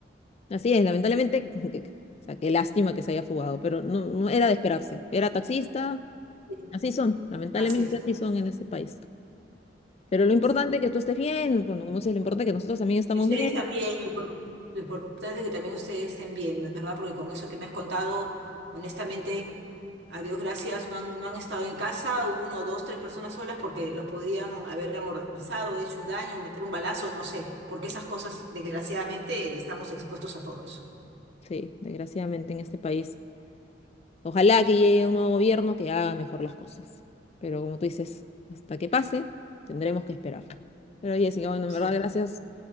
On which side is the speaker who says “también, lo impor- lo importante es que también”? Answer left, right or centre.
Right